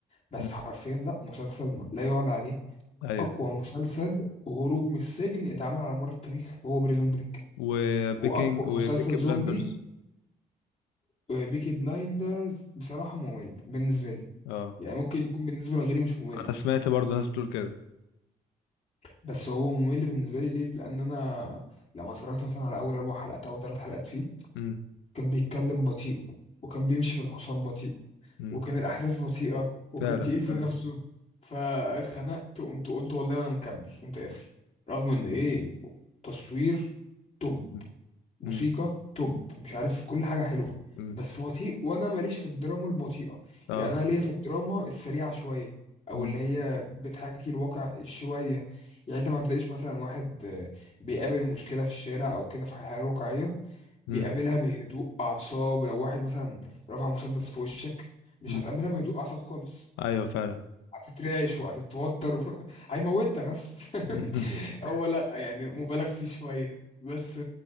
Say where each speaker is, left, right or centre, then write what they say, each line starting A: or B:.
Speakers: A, on the left; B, on the left.
A: بس
B: أمم.
A: حرفيا لا مسلسل لا يعلى عليه
B: ايوه
A: اقوى مسلسل هروب من السجن اتعمل على مر التاريخ هو بريزون بريك
B: وبيكنج
A: واقوى
B: وبيكي
A: مسلسل زومبي
B: بلاندرز
A: بيكي بلايندرز بصراحه ممل بالنسبه لي
B: اه
A: يعني ممكن يكون بالنسبه لغيري مش ممل
B: انا سمعت برضه ناس بتقول كده
A: بس هو ممل بالنسبه لي ليه لان انا لما اتفرجت مثلا على اول اربع حلقات او ثلاث حلقات فيه
B: امم
A: كان بيتكلم بطيء وكان بيمشي بالحصان بطيء
B: امم
A: وكان الاحداث بطيئه وكان
B: فعلا
A: تقيل في
B: فعلا
A: نفسه فاتخنقت وقمت قلت والله انا مكمل قمت قافل رغم ان ايه تصوير توب
B: امم
A: موسيقى
B: امم
A: توب مش عارف كل حاجة حلوة
B: أمم.
A: بس بطيء وانا ماليش في الدراما البطيئة
B: اه
A: يعني انا ليا في الدراما السريعة شوية او
B: مم.
A: اللي هي بتحكي الواقع شوية يعني انت ما تلاقيش مثلا واحد آه، بيقابل مشكلة في الشارع او كده في الحياة الواقعية بيقابلها
B: مم.
A: بهدوء اعصاب لو واحد مثلا رفع مسدس في وشك مش
B: مم.
A: هتقابلها بهدوء اعصاب خالص
B: ايوه فعلا
A: هتترعش وهتتوتر و... <laughs> هيموتك اصلا
B: <laughs>
A: <laughs> هو لا يعني مبالغ فيه شويه بس